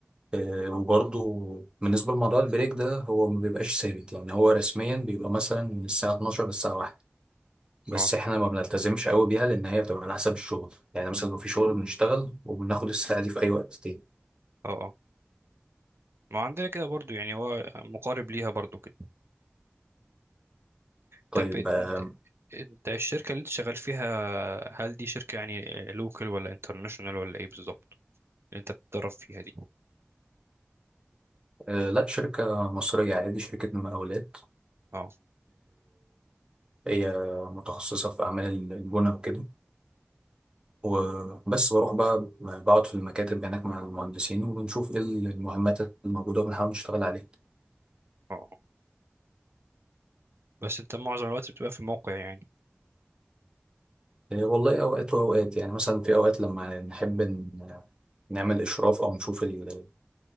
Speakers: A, on the right; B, on the right.
A: إيه، وبرضه بالنسبة لموضوع البريك ده هو ما بيبقاش ثابت يعني هو رسميا بيبقى مثلا من الساعة 12 للساعة 1
B: اه
A: بس إحنا ما بنلتزمش قوي بيها لأن هي بتبقى على حسب الشغل يعني مثلا لو في شغل بنشتغل وبناخد الساعة دي في أي وقت تاني
B: اه ما عندنا كده برضو يعني هو مقارب ليها برضو كده
A: طيب
B: طب
A: آه،
B: انت انت الشركة اللي انت شغال فيها هل دي شركة يعني لوكال ولا انترناشونال ولا ايه بالظبط اللي انت بتدرب فيها دي
A: آه، لا شركة مصرية عادي شركة مقاولات
B: اه
A: هي متخصصة في أعمال البنى وكده وبس بروح بقى بقعد في المكاتب هناك مع المهندسين وبنشوف إيه المهمات الموجودة وبنحاول نشتغل عليها
B: اه بس انت معظم الوقت بتبقى في الموقع يعني
A: إيه والله أوقات وأوقات يعني مثلا في أوقات لما نحب ن- نعمل إشراف أو نشوف ال-